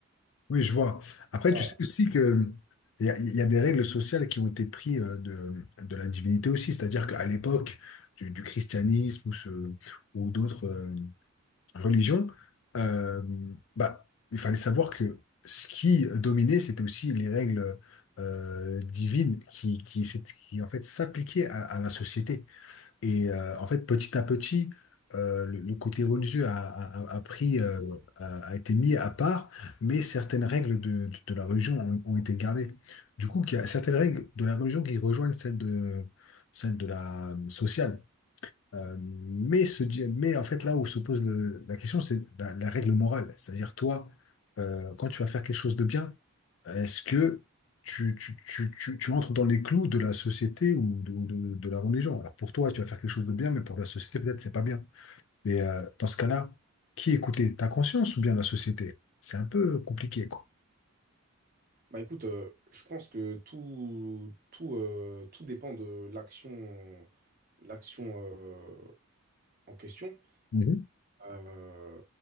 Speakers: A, on the left; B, on the right.
A: Oui, je vois. Après,
B: Voilà.
A: tu sais aussi que il y a, il y a des règles sociales qui ont été prises euh, de, de la divinité aussi, c'est-à-dire qu'à l'époque du, du christianisme ou, ce- ou d'autres euh, religion, euh, bah, il fallait savoir que ce qui dominait, c'était aussi les règles euh, divines qui, qui, s'est- qui, en fait s'appliquaient à, à la société. Et euh, en fait, petit à petit, euh, le, le côté religieux a, a- a- a pris, euh, a, a été mis à part, mais certaines règles de, de- de la religion ont, ont été gardées. Du coup, il y a certaines règles de la religion qui rejoignent celles de, celles de la euh, sociale. Euh, mais, ce, di- mais en fait, là où se pose le- la question, c'est la, la règle morale. C'est-à-dire, toi, euh, quand tu vas faire quelque chose de bien, est-ce que tu, tu, tu, tu, tu entres dans les clous de la société ou de, ou de- de la religion? Alors pour toi, tu vas faire quelque chose de bien, mais pour la société, peut-être, c'est pas bien. Mais euh, dans ce cas-là, qui écouter? Ta conscience ou bien la société? C'est un peu compliqué, quoi.
B: Bah écoute, euh, je pense que tout, tout, euh, tout dépend de l'action, l'action euh, en question.
A: Mhm.
B: Euh,